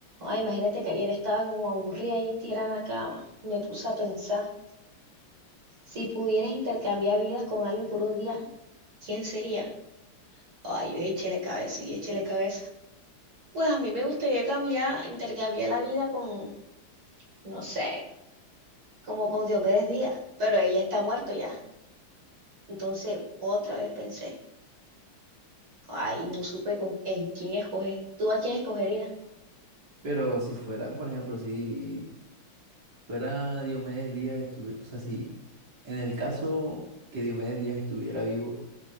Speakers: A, on the right (about 70°); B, on the right (about 45°).
A: Ay, imagínate que ayer estaba como aburrida y tirada en la cama. Me puse a pensar, si pudieras intercambiar vidas con alguien por un día, ¿quién sería? Ay, yo échele cabeza y échele cabeza. Pues a mí me gustaría cambiar, intercambiar la vida con, no sé, como con Diomedes Díaz, pero ella está muerto ya. Entonces, otra vez pensé, ay, no supe con, en quién escoger. ¿Tú a quién escogerías?
B: Pero si fuera, por ejemplo, si fuera Diomedes Díaz, estuvi- o sea, si en el caso que Diomedes Díaz estuviera vivo,